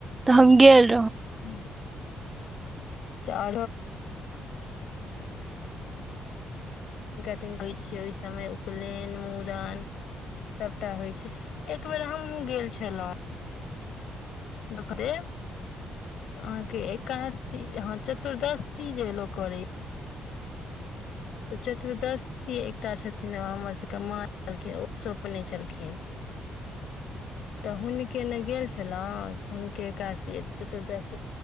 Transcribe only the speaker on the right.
तऽ हम गेल। <unintelligible>